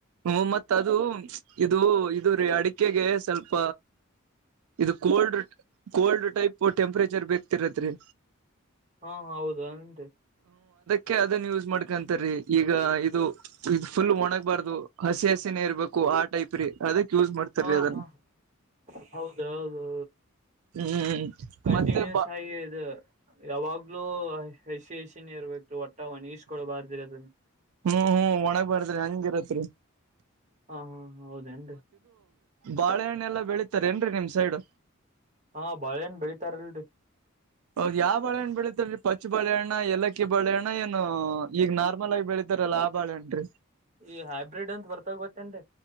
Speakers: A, on the right (about 80°); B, on the right (about 35°).
A: ಹ್ಮ ಮತ್ತ ಅದು ಇದು ಇದು ರೀ ಅಡಿಕೆಗೆ ಸ್ವಲ್ಪ ಇದು ಕೋಲ್ಡ್ ಕೋಲ್ಡ್ ಟೈಪ್ ಟೆಂಪ್ರೇಚರ್ ಬೇಕಕ್ತಿರತ್ರಿ
B: ಹಾ ಹೌದು ಅಂತೆ
A: ಕೆ ಅದನ್ ಯೂಸ್ ಮಾಡ್ಕೊಂತರೀ ಈಗ ಇದು ಇದು ಫುಲ್ ಒಣಗಬಾರ್ದು ಹಸಿ ಹಸಿನೇ ಇರ್ಬೇಕು ಆ ಟೈಪ್ ರೀ ಅದಕ್ ಯೂಸ್ ಮಾಡ್ತಾರೀ
B: ಹಾ
A: ಅದನ್ನ
B: ಹಾ ಹೌದ ಹೌದು
A: ಹ್ಮ್
B: ಕಂಟಿನ್ಯೂಸ್
A: ಮತ್ತೆ ಬಾ
B: ಆಗಿ ಇದು ಯಾವಾಗ್ಲೂ ಹಸಿ ಹಸಿನೇ ಇರ್ಬೇಕು ಒಟ್ಟ ಒಣ ಇಸ್ಕೊಳ್ಬಾರ್ದಿರ ಅದನ್ನ
A: ಹ್ಮ್ ಹ್ಮ್ ಒಣಗ್ ಬಾರದ್ರಿ ಹಂಗಿರತ್ರಿ
B: ಹಾ ಹಾ ಹ ಹೌದೇನ್ರಿ
A: ಬಾಳೆಹಣ್ಣ ಎಲ್ಲಾ ಬೆಳಿತಾರ ಏನ್ರರಿ ನಿಮ್ ಸೈಡು
B: ಹಾ ಬಾಳೇಏನ್ ಬೆಳಿತಾರಲ್ರಿ
A: ಹೌದ್ ಯಾವ್ ಬಳೆಹಣ್ಣ ಬೆಳಿತಲ್ರಿ ಪಚ್ಚು ಬಾಳೆಹಣ್ಣ ಲಕ್ಕಿ ಬಳೆಹಣ್ಣ ಏನು ಈಗ ನಾರ್ಮಲ್ ಆಗಿ ಬೆಳೀಿತ ರ ಲಾಭಾಳೇನ್ರಿ
B: ಈ ಹೈಬ್ರಿಡ್ ಅಂತ ಬರ್ತಾಗ ಗೊತ್ತೇನ್ರಿ